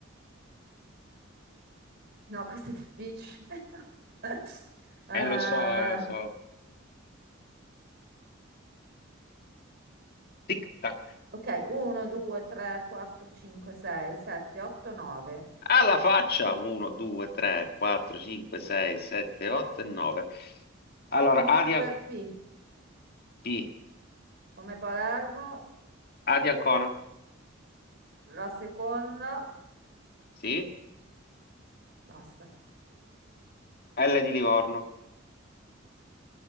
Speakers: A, on the right (about 55°); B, on the left (about 50°).
A: No, <laughs> questa è difficile. <laughs> Eh,
B: Eh, lo so, eh, lo so. Tic tac.
A: ok, 1, 2, 3, 4, 5, 6, 7, 8, 9.
B: Alla faccia. 1, 2, 3, 4, 5, 6, 7, 8 e 9. Allora,
A: Inizia
B: Arial
A: per P,
B: P.
A: come Palermo,
B: A di Ancona.
A: la seconda,
B: Sì.
A: basta.
B: L di Livorno.